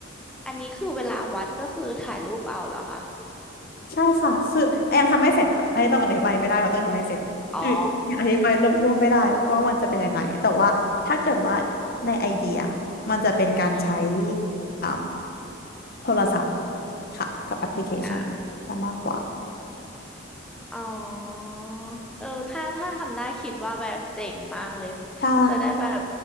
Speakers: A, in the centre; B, on the left.
A: อันนี้คือเวลาวัดก็คือถ่ายรูปเอาเหรอคะ
B: ใช่ค่ะ คือไอยังทำไม่เสร็จค่ะไอต้องอธิบายไม่ได้เพราะต้องยังทำไม่เสร็จคือยังอธิบายรวบรวมไม่ได้ว่ามันจะเป็นยังไง
A: อ๋อ
B: แต่ว่าถ้าเกิดว่าในไอเดียมันจะเป็นการใช้
A: อืม
B: อ่าโทรศัพท์ค่ะกับแอปพลิเคชันจะมากกว่า
A: อ่าอ๋อเออถ้าถ้าทำได้คิดว่าแบบเจ๋งมากเลย
B: ใช่
A: จะได้แบบ